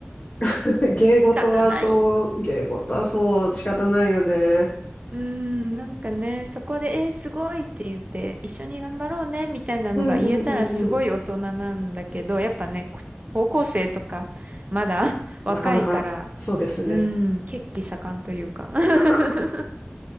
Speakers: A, on the left (about 25°); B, on the right (about 35°).
A: <laughs> 芸事はそう、
B: 仕方ない。
A: 芸事はそう、仕方ないよね。
B: うーん、なんかね、そこで、えーすごいって言って、一緒に頑張ろうね、みたいなのが言えたらすごい大人なんだけど、
A: うんうんうんうん。
B: やっぱね、こ高校生とか、まだ <laughs> 若いから、
A: なかなか、そうですね。
B: うーん、血気盛んというか <laughs>
A: <laughs>